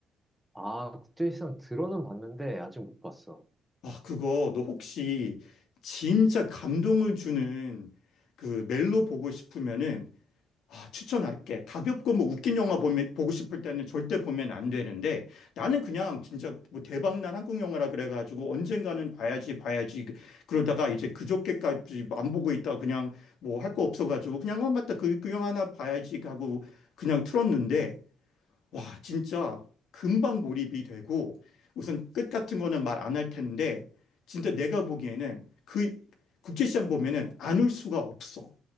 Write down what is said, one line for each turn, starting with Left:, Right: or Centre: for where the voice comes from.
Centre: 아, 국제시장 들어는 봤는데, 아직 못 봤어.
Left: 와, 그거 너 혹시 진짜 감동을 주는 그 멜로 보고 싶으면은 아, 추천할게. 가볍고 뭐 웃긴 영화 보면, 보고 싶을 때는 절대 보면 안 되는데 나는 그냥 진짜 뭐 대박난 한국 영화라 그래가지고 언젠가는 봐야지 봐야지 그러다가 이제 그저께까지 안 보고 있다 그냥 뭐 할 거 없어가지고 그냥 어 맞다 그, 그 영화 하나 봐야지 하고 그냥 틀었는데 와, 진짜 금방 몰입이 되고 우선 끝 같은 거는 말 안 할 텐데 진짜 내가 보기에는 그 국제시장 보면은 안 울 수가 없어.